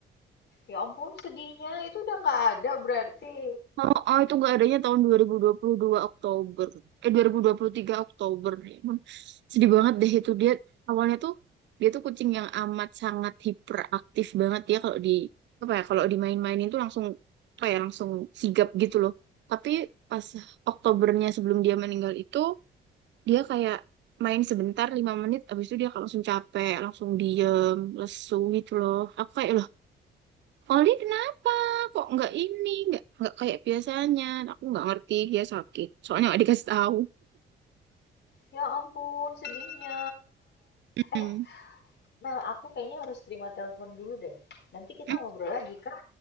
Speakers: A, on the left; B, on the right.
A: Ya ampun, sedihnya itu udah nggak ada berarti.
B: Oh, oh, itu nggak adanya tahun dua dua ribu dua puluh dua Oktober. Eh, dua dua ribu dua puluh tiga Oktober. Ya ampun, sedih banget deh itu. Dia awalnya tuh, dia tuh kucing yang amat sangat hiperaktif banget. ya kalau di, apa ya, kalau dimain-mainin tuh langsung, apa ya, langsung sigap gitu loh. Tapi pas Oktobernya sebelum dia meninggal itu, dia kayak main sebentar, lima menit, abis itu dia langsung capek, langsung diem, lesu gitu loh. Aku kayak, Oli kenapa? Kok nggak ini? Nggak nggak kayak biasanya. Aku nggak ngerti dia sakit. Soalnya nggak dikasih tahu.
A: Ya ampun, sedihnya.
B: Mm.
A: Eh, Mel, aku kayaknya harus terima telepon dulu deh. Nanti kita
B: Mm,
A: ngobrol lagi, kah?